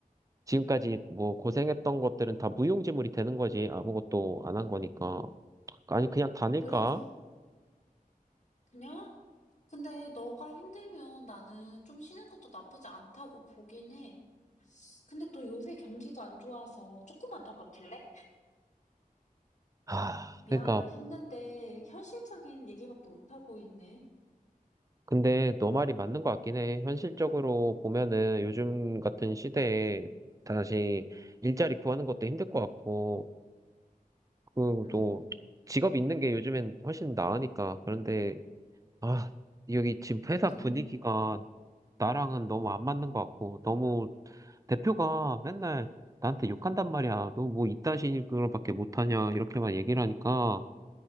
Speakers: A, on the right (about 20°); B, on the left (about 50°).
A: 지금까지 뭐 고생했던 것들은 다 무용지물이 되는 거지. 아무것도 안 한 거니까. 아니, 그냥 다닐까?
B: 그래도, 그냥? 근데 너가 힘들면 나는 좀 쉬는 것도 나쁘지 않다고 보긴 해. 근데 또 요새 경기가 안 좋아서 조금만 더 버틸래?
A: 아,
B: 미안하다.
A: 그러니까.
B: 힘든데 현실적인 얘기밖에 못하고 있네.
A: 근데 너 말이 맞는 것 같긴 해. 현실적으로 보면은 요즘 같은 시대에 다시 일자리 구하는 것도 힘들 것 같고, 그,
B: 응.
A: 또, 직업 있는 게 요즘엔 훨씬 나으니까. 그런데, 아, 여기 지금 회사 분위기가
B: 음,
A: 나랑은 너무 안 맞는 것 같고, 너무 대표가 맨날 나한테 욕한단 말이야. 너 뭐 이딴 식으로밖에 못하냐. 이렇게만 얘기를 하니까,